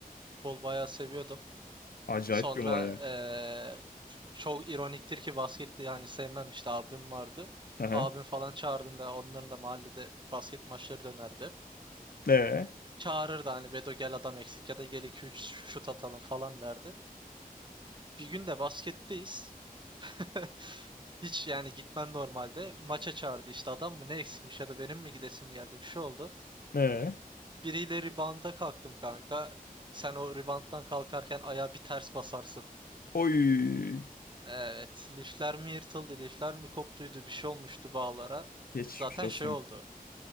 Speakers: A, on the right (about 30°); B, on the left (about 75°).
A: Bol bayağı seviyordum.
B: Acayip
A: Sonra
B: bir olay ya.
A: eee, çok ironiktir ki basketti yani sevmem işte abim vardı.
B: Aha.
A: Abim falan çağırdığında onların da mahallede basket maçları dönerdi hep.
B: Ne?
A: Çağırırdı hani Bedo gel adam eksik ya da gel iki üç şut atalım falan derdi. Bir gün de basketteyiz. <laughs> Hiç yani gitmem normalde. Maça çağırdı işte adam mı ne eksikmiş ya da benim mi gidesim geldi bir şey oldu.
B: Ne?
A: Biriyle ribanda kalktım kanka. Sen o ribanttan kalkarken ayağa bir ters basarsın.
B: Oy.
A: Evet lifler mi yırtıldı lifler mi koptuydu bir şey olmuştu bağlara.
B: Geçmiş
A: Zaten
B: olsun.
A: şey oldu.